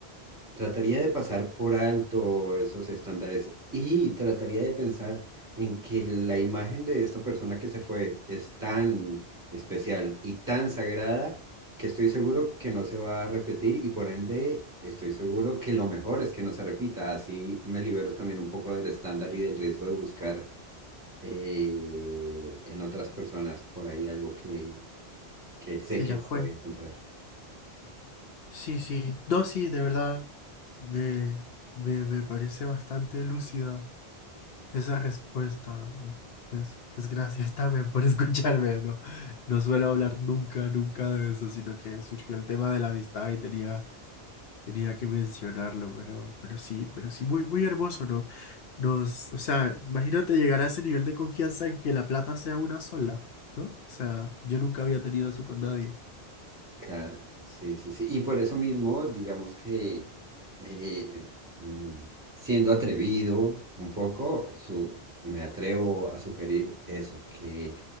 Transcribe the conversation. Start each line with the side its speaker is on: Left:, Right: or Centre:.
Right: trataría de pasar por alto esos estándares y trataría de pensar en que la imagen de esta persona que se fue es tan especial y tan sagrada que estoy seguro que no se va a repetir y por ende estoy seguro que lo mejor es que no se repita. Así me libero también un poco del estándar y del riesgo de buscar eh, en otras personas por ahí algo que, que sé
Left: que
Right: que
Left: ya
Right: no
Left: fue.
Right: voy a encontrar.
Left: Sí, sí. No, sí, de verdad, me, me, me parece bastante lúcida esa respuesta. Y pues, pues gracias <laughs> también por escucharme, ¿no? No suelo hablar nunca, nunca de eso, sino que surgió el tema de la amistad y tenía, tenía que mencionarlo, pero, pero sí, pero sí, muy, muy hermoso, ¿no? Nos, o sea, imagínate llegar a ese nivel de confianza en que la plata sea una sola, ¿no? O sea, yo nunca había tenido eso con nadie.
Right: Claro, sí, sí, sí. Y por eso mismo, digamos que eh, mm, siendo atrevido un poco, su- me atrevo a sugerir eso, que